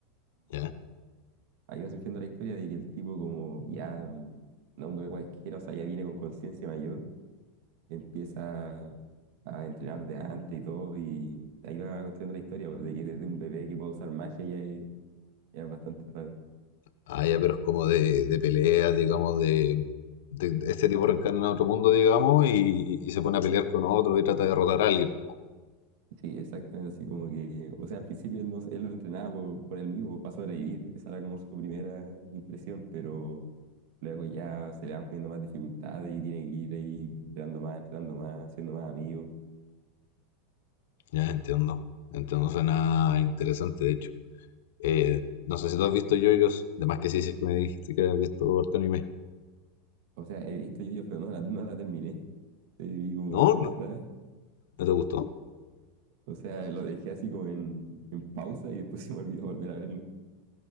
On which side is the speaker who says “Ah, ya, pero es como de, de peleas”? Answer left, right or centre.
Left